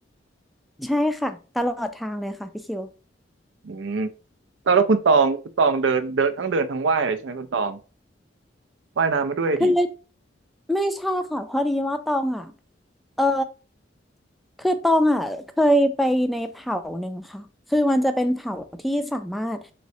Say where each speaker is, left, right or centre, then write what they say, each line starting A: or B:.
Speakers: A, in the centre; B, on the right.
A: ใช่ค่ะตลอดทางเลยค่ะพี่คิว
B: อืมแล้วแล้วคุณตองคุณตองเดินเดินทั้งเดินทั้งว่ายเลยใช่ไหมคุณตองว่ายน้ำมาด้วยดิ
A: คือ ไม่ใช่ค่ะพอดีว่าตองอ่ะเออคือตองอ่ะเคยไปในเผ่าหนึ่งค่ะ คือมันจะเป็นเผ่าที่สามารถ